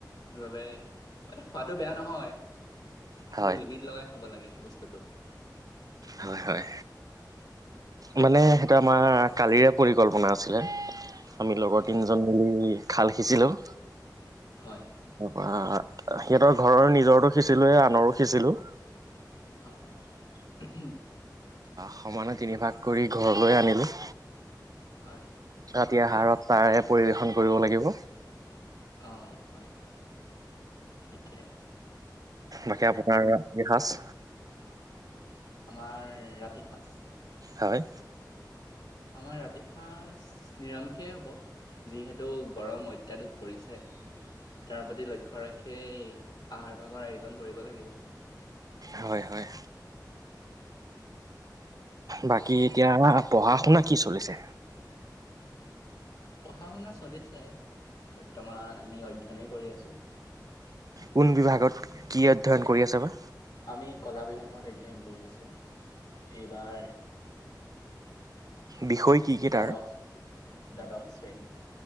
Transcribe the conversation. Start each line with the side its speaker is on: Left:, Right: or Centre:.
Left: সেইবাবে মানে খোৱাটো বেয়া নহয় কিন্তু
Right: হয়
Left: লিমিট লগাই খাব লাগে বস্তুটো
Right: হয় হয় মানে সেইটো আমাৰ কালিৰে পৰিকল্পনা আছিলে। আমি লগৰ
Left: অঁ
Right: তিনিজন মিলি খাল সিঁচিলোঁ
Left: হয়
Right: তপৰা সিহঁতৰ ঘৰৰ নিজৰতো সিঁচিলোৱে আনৰো সিঁচিলো।
Left: হয় হয় উম
Right: সমানে তিনি ভাগ কৰি ঘৰলৈ আনিলো।
Left: হয়
Right: ৰাতি আহাৰত তাৰে পৰিৱেশন কৰিব লাগিব।
Left: অ হয় হয় ঠিকে আছে।
Right: বাকী আপোনাৰ ইসাঁজ।
Left: আমাৰ ৰাতি সাঁজ।
Right: হয়
Left: আমাৰ ৰাতি সাঁজ নিৰামিষেই হ'ব যিহেতু গৰম অত্যাধিক পৰিছে। তাৰ প্ৰতি লক্ষ্য ৰাখিয়েই আহাৰ ভাগৰ আয়োজন কৰিব লাগিব।
Right: হয় হয় বাকী
Left: হয়
Right: এতিয়া। পঢ়া শুনা কি চলিছে।
Left: পঢ়া শুনা চলিছে বৰ্তমান আমি অধ্যয়নেই কৰি আছোঁ।
Right: কোন বিভাগত কি অধ্যয়ন কৰি আচা বা
Left: আমি কলা বিভাগত অধ্যয়ন কৰি আছোঁ এইবাৰ
Right: বিষয় কি কি তাৰ
Left: দ্বাদশ দ্বাদশ শ্ৰেণীত